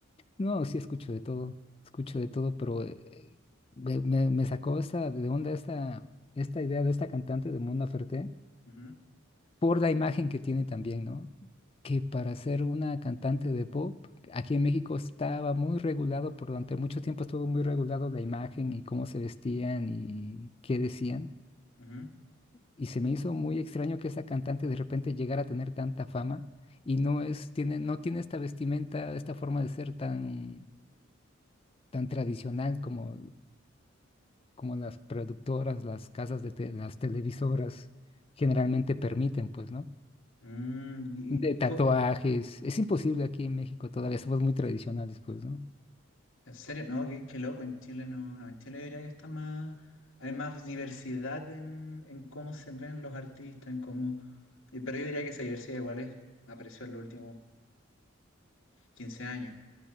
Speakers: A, on the left (about 25°); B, on the left (about 85°).
A: No, sí escucho de todo, escucho de todo, pero eh, me, me- me sacó esta de onda esta, esta idea de esta cantante de Mona Ferté.
B: Ujú,
A: por la imagen que tiene también, ¿no? Que para ser una cantante de pop, aquí en México estaba muy regulado, por durante mucho tiempo estuvo muy regulado la imagen y cómo se vestían y qué decían.
B: ujú.
A: Y se me hizo muy extraño que esa cantante de repente llegara a tener tanta fama y no es, tiene, no tiene esta vestimenta, esta forma de ser tan, tan tradicional como, como las productoras, las casas de te- las televisoras generalmente permiten, pues, ¿no?
B: Mm, y-
A: de
B: y
A: tatuajes.
B: co-
A: Es imposible aquí en México todavía, somos muy tradicionales, pues, ¿no?
B: en serio, no, qué, qué loco, en Chile no, no, en Chile diría que está más, hay más diversidad en, en cómo se ven los artistas, en cómo, y- pero yo diría que esa diversidad igual es, apareció en los últimos 15 años.